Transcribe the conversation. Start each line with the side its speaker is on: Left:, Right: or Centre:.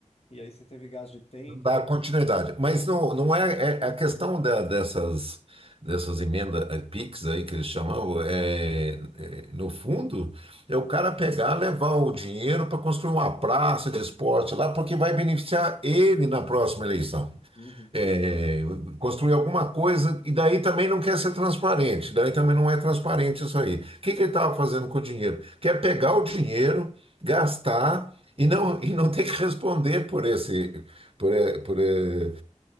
Left: E aí você teve gasto de tempo.
Right: Não Dá continuidade. Mas não, não é, é- a questão da- dessas, dessas emendas eh, PIX aí que eles chamavam, é, é, no fundo, é o cara pegar, levar o dinheiro para construir uma praça de esporte lá, porque vai beneficiar ele na próxima eleição
Left: Uhum.
Right: é, construir alguma coisa, e daí também não quer ser transparente, daí também não é transparente isso aí. O que, que ele estava fazendo com o dinheiro? Quer pegar o dinheiro, gastar e não, e não ter que responder por esse, por, eh, por, eh,